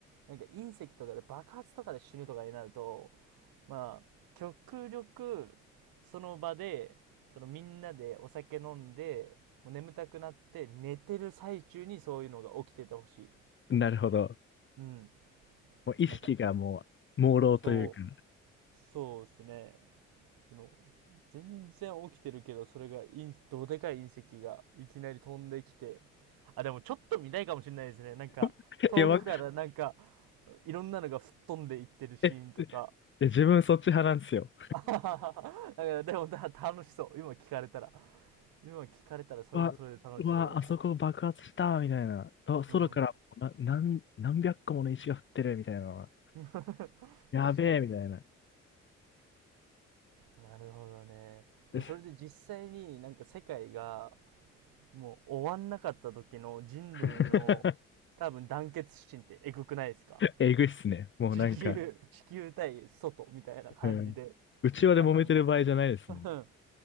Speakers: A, on the right; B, on the left.
A: なんか隕石とかで爆発とかで死ぬとかになると、まあ、極力、その場で、そのみんなでお酒飲んで、もう眠たくなって寝てる最中にそういうのが起きててほしい。
B: なるほど。
A: うん。
B: もう意識がもう、
A: なんか、
B: 朦朧というか。
A: そう、そうですね。その全然起きてるけどそれがどでかい隕石がいきなり飛んできてあでもちょっと見たいかもしれないですねなんか遠くからなんか
B: <laughs> いや、わ、
A: いろんなのが吹っ飛んでいってるシーンとか
B: え、自分そっち派なんですよ。
A: <laughs> だからでもだ楽しそう今聞かれたら今聞かれたらそれもそれで楽しそうだな
B: うわ、うわ、あそこ爆発したみたいな。あ、空からな、
A: うん
B: 何、何百個もの石が降ってるみたいなのは。
A: <laughs> 確かに
B: やべえみたいな。
A: なるほどねでもそれで実際になんか世界が
B: です
A: もう終わんなかった時の人類の多分団結心ってえぐくないですか
B: <laughs> えぐいっすね。もうなんか、
A: 地球、<laughs> 地球対外みたいな感じで、
B: うん。うちわで揉めてる場合じゃないですもん。
A: 多分。<laughs>